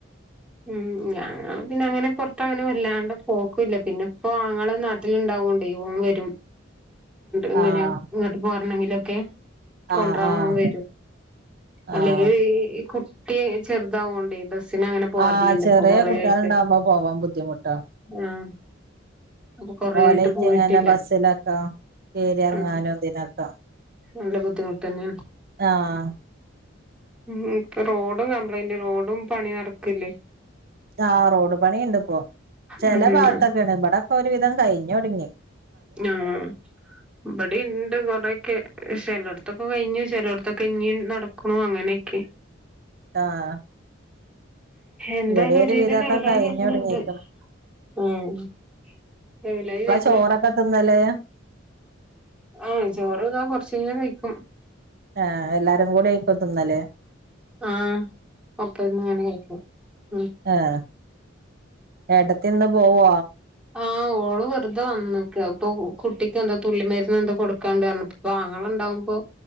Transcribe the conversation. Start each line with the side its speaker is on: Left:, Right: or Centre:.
Centre: ഉം ഞാൻ പിന്നെ അങ്ങനെ പൊറത്ത് അങ്ങനെ വല്ലാണ്ട് പോക്കൂല്ല പിന്നെ ഇപ്പോ ആങ്ങള നാട് ട്ടിലുണ്ടായോണ്ടേ ഓൻ വരും എങ്ങനെ
Right: ആഹ്
Centre: ഇങ്ങോട്ട് പോരണെങ്കിലൊക്കെ കോണ്ട്രൻ
Right: ആഹ് ആഹ്
Centre: വരും അല്ലെങ്കിൽ
Right: ആഹ്
Centre: ഈ കുട്ടി ചെറുതാവോണ്ട് ഈ ബസ് സ്സിനങ്ങനെ പോറില്ലില്ല
Right: ആഹ് ചെറിയ
Centre: ഇപ്പൊ കൊറേയായിട്ട്
Right: കുട്ടികളുണ്ടാവുമ്പോ പോവാൻ ബുദ്ധിമുട്ടാ
Centre: ആഹ് അപ്പൊ കൊറേ
Right: ഓലേറ്റങ്ങനെ
Centre: ആയിട്ട് പോയിട്ടില്ല
Right: ബസ്സിലൊക്ക കേരിറങ്ങാനും
Centre: ആഹ്
Right: ഇതിനൊക്ക
Centre: നല്ല ബുദ്ധിമുട്ട് തന്നെയാണ്
Right: ആഹ്
Centre: ഉം ഇപ്പൊ റോഡും കംപ്ലൈന്റ് റോഡും പണി നടക്കല്ലേ
Right: ആഹ് റോഡ് പണിയുണ്ട്പ്പോ ചെല
Centre: ഉം
Right: ഭാഗത്തൊക്കെയാണ് ഇവിടെക്ക ഒരുവിധം കയിഞ്ഞൊടുങ്ങി
Centre: ആഹ് ഇബടെണ്ട് കൊറെക്കെ ചിലയിടത്തൊക്കെ കയിഞ്ഞു ചിലയിടത്തൊക്കെ ഇഞ് നടക്കണു അങ്ങനെക്കെ
Right: ആഹ്
Centre: എന്തായാലും
Right: ഇവിടെ ഒരു
Centre: ഒരുതി
Right: വിധൊക്കെ
Centre: ലെവലായി
Right: കഴിഞ്ഞൊടുങ്ങിക്ക്ണ്
Centre: വരണുണ്ട് ഉം ലവലായി വര്
Right: ചോറൊക്കെതിന്നല്ലേ
Centre: ആഹ് ചോറ് ഇതാ കൊറച്ചയിഞ്ഞാ കയിക്കും
Right: ആഹ് എല്ലാരും കൂടെആയിക്കും തിന്നല്ലേ
Centre: ആഹ് ഒപ്പഇരുന്നങ്ങനെ കയിക്കും ഉം
Right: ആഹ് ഏട്ടത്തിന്ന് പോവോ
Centre: ആഹ് ഓൾ ള് വെറുതെ വന്നക്ക് ഇപ്പൊ കുട്ടിക്ക് എന്തൊ തുള്ളി മരുന്ന് എന്താ കൊടുക്കാണ്ട് പറഞ്ഞു അപ്പൊ ആങ്ങള ഉണ്ടാകുമ്പോ